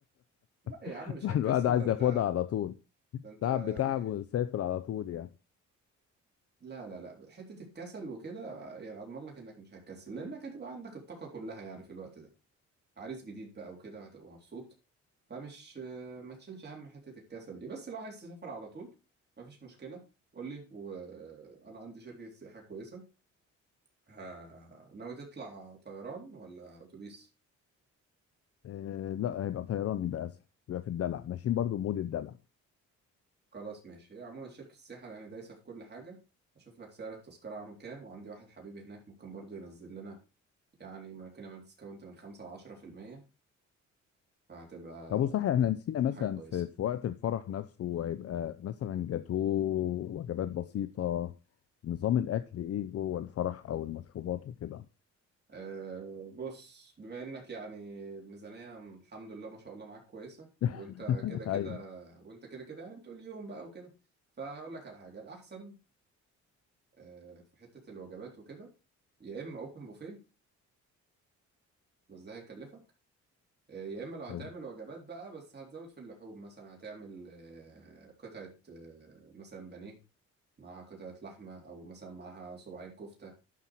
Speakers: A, on the right; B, on the left.
A: لا يا
B: <laughs>
A: عم مش هتكسل
B: الواحد عايز
A: ده أنت
B: ياخدها على طول
A: ده أنت
B: تعب
A: يعني
B: بتعب وسافر على طول يعني
A: لا لا لا حتة الكسل وكده يعني أضمن لك إنك مش هتكسل لأنك هتبقى عندك الطاقة كلها يعني في الوقت ده عريس جديد بقى وكده هتبقى مبسوط فمش ما تشيلش هم حتة الكسل دي بس لو عايز تسافر على طول مفيش مشكلة قول لي وأنا عندي شركة سياحة كويسة ها- ناوي تطلع طيران ولا اتوبيس
B: آه لا هيبقى طيران يبقى اسهل يبقى في الدلع ماشيين برضو مود الدلع
A: خلاص ماشي هي عموما شركة السياحة يعني دايسة في كل حاجة اشوف لك سعر التذكرة عامل كام وعندي واحد حبيبي هناك ممكن برضو ينزل لنا يعني ممكن يعمل ديسكاونت من خمسة لعشرة في المية فهتبقى
B: طب وصحيح احنا نسينا
A: تبقى
B: مثلا
A: حاجة كويسة
B: في في وقت الفرح نفسه هيبقى مثلا جاتوه وجبات بسيطة نظام الاكل ايه جوه الفرح او المشروبات وكده
A: أه بص بما انك يعني الميزانية الحمد لله ما شاء الله معاك كويسة
B: <laughs>
A: وانت كده كده
B: ايوه
A: وانت كده كده يعني بتقول يوم بقى وكده فهقول لك على حاجة الأحسن أه في حتة الوجبات وكده يا إما أوبن بوفيه بس ده هيكلفك آه، يا اما لو هتعمل
B: حلو.
A: وجبات بقى بس هتزود في اللحوم مثلا هتعمل آه، قطعة آه، مثلا بانيه معاها قطعة لحمة او مثلا معاها صباعين كفتة